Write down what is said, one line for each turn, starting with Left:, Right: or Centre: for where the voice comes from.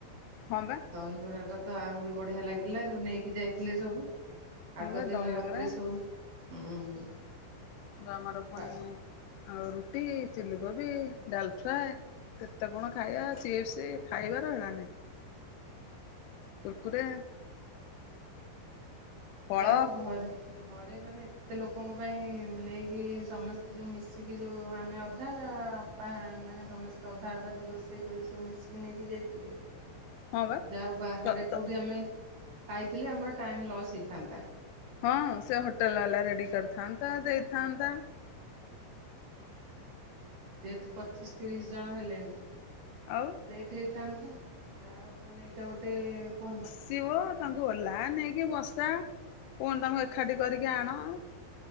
Left: ହଁ ବା।
Right: ଦହିବରା ଟା ତ ଆହୁରି ବଢିଆ ଲାଗିଲା। ଯୋଉ ନେଇକି ଯାଇଥିଲେ ସବୁ।
Left: ହଁ
Right: ଆଗ
Left: ବା
Right: ଦିନ
Left: ଦହିବରା
Right: ରାତିରେ ସବୁ ହୁଁ।
Left: ଯଉ ଆମର ପୁଣି
Right: ପା
Left: ଆ ରୁଟି ଚିଲି କୋବି ଡାଲ ଫ୍ରାଏ। କେତେ କଣ ଖାଇବା ଚିପ୍ସ ଖାଇବାର ହେଳା ନାଇଁ। କୁର୍କୁରି। ଫଳ
Right: ଯା ହଉ ଘରେ। ଘରେ ମାନେ ଏତେ ଲୋକଙ୍କ ପାଇଁ ନେଇକି ସମସ୍ତେ ଯେଉଁ ମିଶିକି ଯେଉଁ ଆମେ ଅଧା ବାପା ମାନେ ସମସ୍ତେ ଅଧା ଅଧା ଯୋଉ ରୋଷେଇ କରିକି ସବୁ ମିଶିକି ନେଇକି ଯାଇଥିଲେ।
Left: ହଁ ବା
Right: ଯାଉ ବାହାରେ
Left: ତ ତ
Right: କୋଉଠି ଆମେ ଖାଇଥିଲେ ଆମର ଟାଇମ ଲସ୍ ହେଇଥାନ୍ତା।
Left: ହଁ ସେ ହୋଟେଲ ବାଲା ରେଡି କରିଥାନ୍ତା ଦେଇଥାନ୍ତା।
Right: ଯେହେତୁ ପଚିଶ ତିରିଶ ଜଣ ହେଲେଣି।
Left: ଆଉ
Right: ଲେଟ୍ ହେଇଥାନ୍ତା। ଯାହା ହଉ ମାନେ ଏଇଟା ଗୋଟେ ଭଲ।
Left: ଶିିବ ତାଙ୍କୁ ଓଲା ନେଇକି ବସା ପୁଣି ତାଙ୍କୁ ଏକାଠି କରିକି ଆଣ।